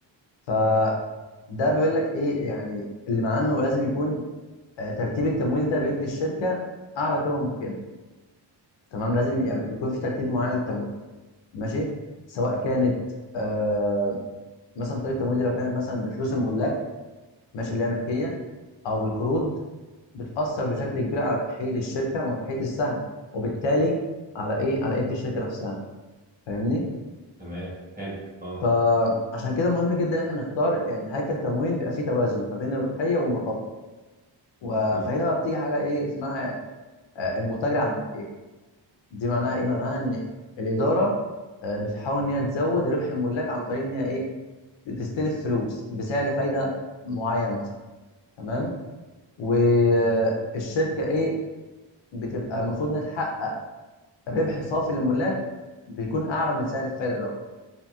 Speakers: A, on the left; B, on the right.
A: فده بيقول لك ايه يعني اللي معناه انه لازم يكون آه، ترتيب التمويل ده بيدي الشركه اعلى قيمه ممكنه تمام لازم يعني بيكون في ترتيب معين للتمويل ماشي سواء كانت آه مثلا طريقه التمويل دي لو كانت مثلا بفلوس الملاك ماشي اللي هي ملكيه او بالقروض بتاثر بشكل كبير على ربحيه الشركه وربحيه السهم وبالتالي على ايه على قيمه الشركه نفسها فاهمني
B: تمام حلو اه
A: فعشان كده مهم جدا ان احنا نختار يعني هيكل تمويل بيبقى فيه توازن ما بين الربحيه والمخاطر و-
B: مم.
A: فهنا بقى بتيجي حاجه ايه اسمها يعني آه، المتاجره على الملكيه دي معناها ايه معناها ان الاداره آه، بتحاول ان هي تزود ربح الملاك عن طريق ان هي ايه تستلف فلوس بسعر فايده معين مثلا تمام والشركه ايه بتبقى المفروض انها تحقق ربح صافي للملاك بيكون اعلى من سعر الفايده دوت